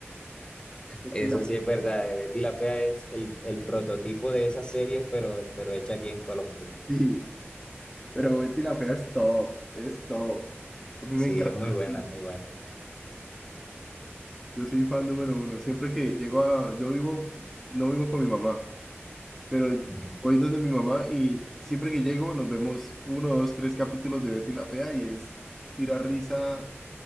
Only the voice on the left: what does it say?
Eso
sí es verdad. Betty la Fea es el, el prototipo de esas series, pero, pero hecha aquí en Colombia.
Sí,
es muy
buena,
es muy
buena.
Ujú.